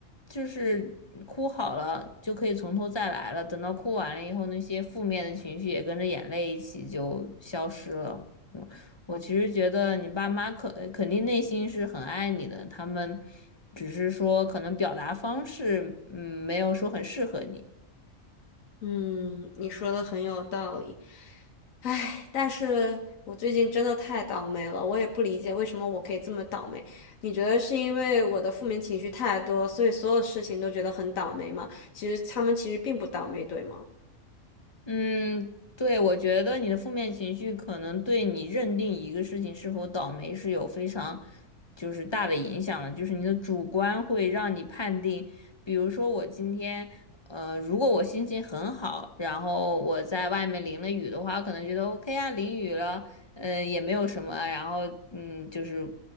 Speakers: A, on the left; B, on the left.
A: 就是哭好了就可以从头再来了，等到哭完了以后，那些负面的情绪也跟着眼泪一起就消失了。嗯，我其实觉得你爸妈肯肯定内心是很爱你的，他们。只是说可能表达方式，嗯，没有说很适合你。
B: 嗯，你说的很有道理。唉，但是我最近真的太倒霉了，我也不理解为什么我可以这么倒霉。你觉得是因为我的负面情绪太多，所以所有事情都觉得很倒霉吗？其实他们其实并不倒霉，对吗？
A: 嗯，对，我觉得你的负面情绪可能对你认定一个事情是否倒霉是有非常就是大的影响的，就是你的主观会让你判定，比如说我今天。呃，如果我心情很好，然后我在外面淋了雨的话，我可能觉得 OK 啊，淋雨了，呃，也没有什么啊，然后嗯，就是